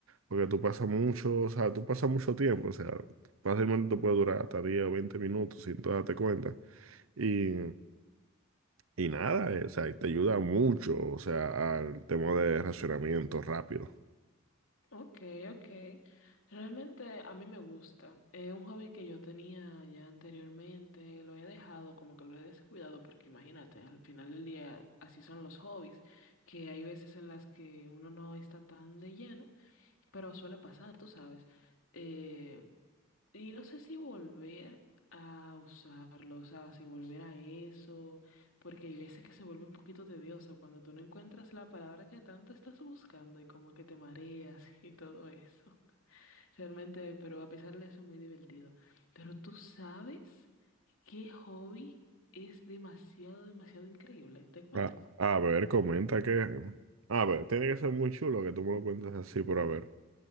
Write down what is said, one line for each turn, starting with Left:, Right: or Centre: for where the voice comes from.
Right: Porque tú pasas mucho, o sea, tú pasas mucho tiempo, o sea, fácilmente te puede durar hasta 10 o 20 minutos sin tú darte cuenta. Y, y nada, eh, o sea, y te ayuda mucho, o sea, al tema de racionamiento rápido.
Left: Ok, ok. Realmente a mí me gusta. Es un hobby que yo tenía ya anteriormente, lo he dejado, como que lo he descuidado, porque imagínate, al final del día así son los hobbies, que hay veces en las que uno no está tan de lleno, pero suele pasar, tú sabes. Eh, y no sé si volver a usarlo, o sea, si volver a eso, porque hay veces que se vuelve un poquito tedioso cuando tú no encuentras la palabra que tanto estás buscando y como que te mareas <laughs> y todo eso. Realmente, pero a pesar de eso, es muy divertido. Pero tú sabes qué hobby es demasiado, demasiado increíble, te cuento.
Right: A, a ver, comenta que... A ver, tiene que ser muy chulo que tú me lo cuentes así, pero a ver.